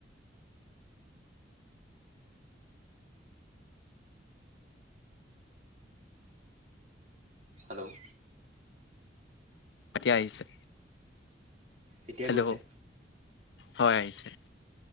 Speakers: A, on the right; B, on the left.
A: হেল্ল'
B: এতিয়া আহিছে
A: এতিয়া
B: হেল্ল'
A: গৈছে।
B: হয় আহিছে